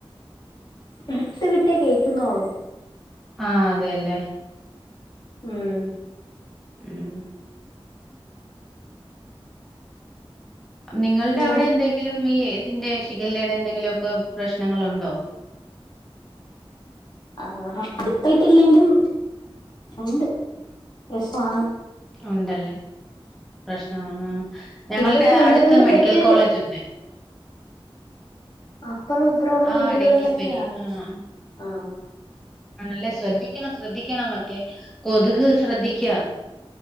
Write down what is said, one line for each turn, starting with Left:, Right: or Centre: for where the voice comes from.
Left: വിട്ട് വിട്ടേ കേൾക്കുന്നോളൂ
Centre: ആഹ് അതെല്ലേ
Left: ഉം
Centre: ഉം നിങ്ങളുടെ
Left: പിന്നെ
Centre: അവിടെ എന്തെങ്കിലും ഈ ഇതിന്റെ ശിഖലയുടെ എന്തെങ്കിലുമൊക്കെ പ്രശ്നങ്ങളുണ്ടോ
Left: ആഹ് അടുത്തായിട്ടില്ലെങ്കും ഉണ്ട് പ്രശ്‌നമാണ്
Centre: ഉണ്ടല്ലേ പ്രശ്നമാണ് ഞങ്ങളുടെ
Left: ഇവിടെ ഇപ്പോ ഒന്ന്
Centre: അടുത്ത
Left: രണ്ട്
Centre: മെഡിക്കൽ
Left: പേർക്ക്
Centre: കോളേജ് ഉണ്ട്
Left: അപ്പറം ഇപ്പുറം ഉള്ള
Centre: ആഹ്
Left: വീടുകളിലൊക്കെ
Centre: ഡെങ്കിപ്പനി
Left: ആണ്
Centre: ആഹ്
Left: ആഹ്
Centre: ആണല്ലേ ശ്രദ്ധിക്കണം ശ്രദ്ധിക്കണം മറ്റേ കൊതുക് ശ്രദ്ധിക്ക